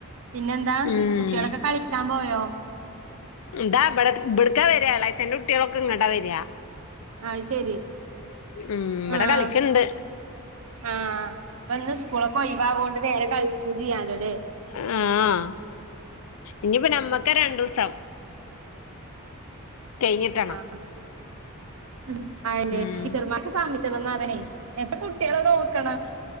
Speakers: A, on the right; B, on the left.
A: പിന്നെന്താ
B: ഉം
A: കുട്ടികളൊക്കെ കളിക്കാൻ പോയോ
B: ദാ ഇബ്ട ബ്ടക്കവരുവാ എളയച്ഛന്റെകുട്ടികളൊക്കെ ഇങ്ങ്ടാ വര്കാ-
A: ആഹ് ശരി-
B: ഉം ഇവിടെ
A: ആഹ്
B: കളിക്കണ്ട്-
A: ആഹ് ഇപ്പൊ ഇന്ന് സ്കൂളൊക്കെ ഒയിവാണ്ട് നേരെ കളിച്ച ചെയ്യാലോ അല്ലേ-
B: ആഹ് ഇനിയിപ്പോ നമ്മക്ക രണ്ടൂസം- കഴിഞ്ഞിട്ടണം-
A: ആഹ് - ഉംഅ
B: ഉം
A: ടീച്ചർമാർക്കെ സമിച്ചണംന്ന് പറ എപ്പ കുട്ടികള നോക്കണം-